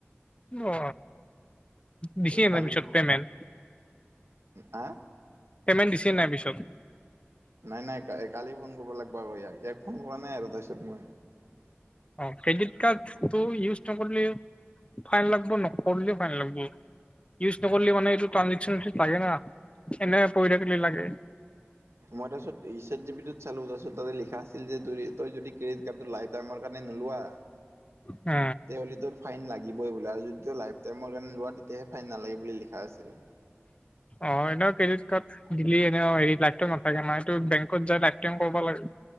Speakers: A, on the left (about 25°); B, on the right (about 80°).
A: অ দিছে
B: কালি
A: পিছত পেমেণ্ট
B: হা
A: পেমেণ্ট দিছে নাই পিছত
B: নাই নাই কা কালি ফোন কৰিব লাগিব আৰু ইয়াক ইয়াৰ ফোন কৰা নাই আৰু তাৰপিছত মই
A: অ ক্ৰেডিট কাৰ্ডটো ইউজ নকৰিলে ফাইন লাগব নকৰিলেও ফাইন লাগব ইউজ নকৰিলে মানে এইটো ট্ৰানজেক্সনটোত লাগে না এনে পৰি থাকিল লাগে
B: মই তাৰপাছত ই চেত জি পি টোত চালো তাৰ পিছত তাতে লিখা আছিল যে তোৰ এ তই যদি ক্ৰেডিট কাৰ্ডটো লাইফ ত আমাৰ কাৰণে নোলোৱা
A: অ
B: তেহ'লে তোৰ ফাইন লাগিবই বোলে আৰু যদি তোৰ লাইফ টাইমৰ কাৰনে লোৱা তেতিয়াহে ফাইন নালাগে বুলি লিখা আছিলে।
A: অ এ ন ক্ৰেডিট কাৰ্ড দিলি এনেও হেৰি লাইফটো নাথাকে নহয় এইটো বেংকত যাই লাইফ টাইম কৰিব লাগে